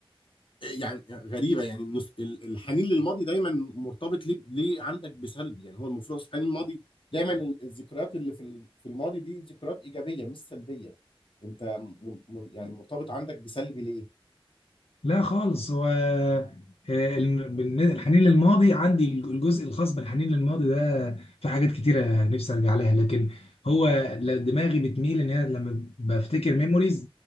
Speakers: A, on the left; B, on the left.
A: يعني غريبه يعني النس- ال- الحنين للماضي دايما مرتبط ليه ليه عندك بسلب يعني هو المفروض أصل الحنين الماضي دايما ال- الذكريات اللي في ال- في الماضي دي ذكريات ايجابيه مش سلبيه انت م- م- يعني مرتبط عندك بسلب ليه
B: لا خالص هو آه، ال- بالن- الحنين للماضي عندي الجزء الخاص بالحنين للماضي ده في حاجات كتيرة نفسي ارجع لها لكن هو ل- دماغي بتميل ان انا لما بفتكر ميموريز